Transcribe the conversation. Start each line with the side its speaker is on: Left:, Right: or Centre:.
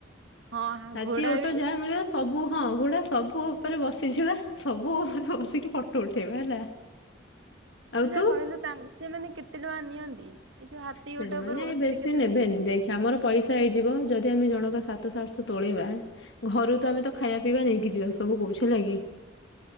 Right: ହଁ ହଁ
Left: ହାତୀ
Right: ଘୋଡା
Left: ଓଟୋ
Right: ବି
Left: ଯାହା ମିଳିବ ସବୁ ହଁ ଘୋଡା ସବୁ ଉପରେ ବସିଯିବା ସବୁ ଉପରେ ବସିକି ପ ଫୋଟ ଉଠେଇବା ହେଲା। ଆଉ
Right: ଆଚ୍ଛା
Left: ତୁ
Right: କହିଲୁ ତାଙ୍କ ସେମାନେ କେତେ ଟଙ୍କା ନିଅନ୍ତି? ଏ ଯୋଉ ହାତୀ
Left: ସେମାନେ
Right: ଗୋଟେ ଉପରେ ବସିଲେ
Left: ବେଶୀ
Right: କେତେ
Left: ନେବେନି
Right: ଟଙ୍କା ନିଅନ୍ତି?
Left: ଦେଖି ଆମର ପଇସା ହେଇଯିବ ଯଦି ଆମେ ଜଣଙ୍କ ସା ସାତ ସାତଶ ତୋଳେଇବା ଘରୁ ତ ଆମେ ତ ଖାଇବା ପିଇବା ନେଇକି ଯିବା ସବୁ କହୁଛ ହେଲା କିି